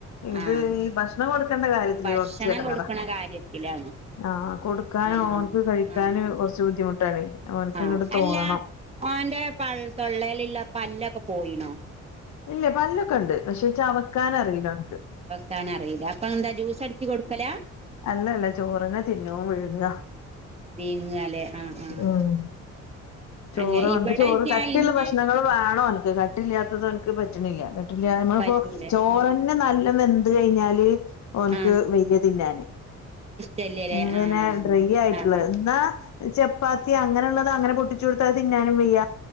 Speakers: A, on the left (about 65°); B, on the right (about 20°).
A: ഇത്
B: ആഹ്
A: ഈ ഭക്ഷണം കൊടുക്കേണ്ട കാര്യതില്
B: ഭക്ഷണം
A: കൊറച്ച എടങ്ങേറാ
B: കൊടുക്കണ കാര്യത്തിലാണ്
A: ആഹ കൊടുക്കാനും
B: ആഹ്
A: ഓൻക്ക് കഴിക്കാനും
B: ആഹ് ആഹ് ആഹ്
A: കുറച്ച് ബുദ്ധിമുട്ടണെ ഓൻക്ക്
B: ആഹ്
A: ങ്ങോട്ട് തോന്നണം
B: അല്ല ഓന്റെ പ്പ തൊള്ളേൽള്ള പല്ലൊക്കെ പോയിണോ
A: ഇല്ല പല്ലൊക്കെ ഉണ്ട് പക്ഷെ ചവക്കാന റിയില്ല ഒന് ക്ക്
B: കാനറില്ല അപ്പ ന്താ ജ്യൂസ് അടിച്ച് കൊടുക്കലാ
A: അല്ലല്ല ചോറിനെ തിന്നവും വിഴുങ്ങ
B: ങ്ങാലേ ആഹ ആഹ്
A: ഉം ചോറ്
B: അങ്ങനെ ഇവിടെയൊക്കെ
A: ഓന്ക് ചോറ് കട്ടിള്ള
B: ഇന്റെ
A: ഭക്ഷണങ്ങൾ വേണോഓന്ക്ക് കിട്ടില്ലാത്തത് ഓന്ക് പറ്റ്ണില്ല കട്ടില്ല നമ്മള്പ്പോ
B: പറ്റൂല
A: ചോറന്നെ
B: ആ
A: നല്ല വെന്ത് കഴിഞ്ഞാല് ഓന്ക്ക്
B: ആ
A: വെയ്യ തിന്നാന്
B: ഇഷ്ടല്ലല്ലേ
A: എങ്ങനെ
B: ആ
A: ഡ്രൈ ആയ്ട്ടള്ളത്
B: ആ ആ
A: എന്നാ പ്പാത്തി അങ്ങനള്ളത് അങ്ങനെ പൊട്ടിച്ചടുത്തത് തിന്നാനും വെയ്യ